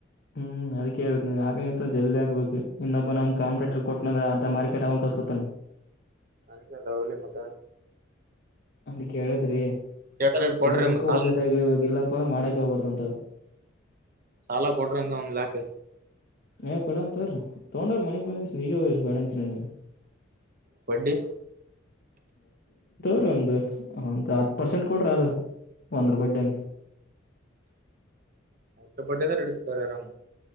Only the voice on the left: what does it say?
ಹ್ಮ್ ಅದಕ್ಕೆ ಹೇಳತಿನಿ ಆಕಾಂಗ ಇತ್ರ ಜಲ್ದಿ ಹಾಕಬೇಕು ಇನ್ನೊಬ್ಬ ನಮ್ ಕಾಂಪಿಟೇಟರ್ ಕೊಟ್ಟನ ಅಂದ್ರ ಅರ್ಧ ಮಾರಕೆಟ್ಟ ಅವ್ ಕಸಕೊಂತನ.
ಅದಕ್ಕೆ ಹೇಳದ್ರಿ
ಇಳಿಬೇಕು
ಒಂದೇ ಸಾರಿ ಇಳಿಬೇಕ ಇಲ್ಲ. ಪ್ಪಂದ್ರೆ ಮಾಡಕ ಹೋಗ್ಬಾರ್ದಂತ.
ಏ ಕೊಡಮ ತಗೊರಿ ತೊಗೊಂಡ ಹೋಗರಿ ಮನಿಗ್ ಬಂದ ಕೇಸಿ ನಿಮಗ ಬೇಡ ಅಂತೀನಿ ಏನು ನಾನು.
ಕೊಡರಿ ಒಂದು ಹತ್ತ ಪರ್ಸೆಂಟ್ ಕೊಡ್ರಿ ಅದ ಒಂದ್ರ ಬಡ್ಡಿ ಹಂಗ.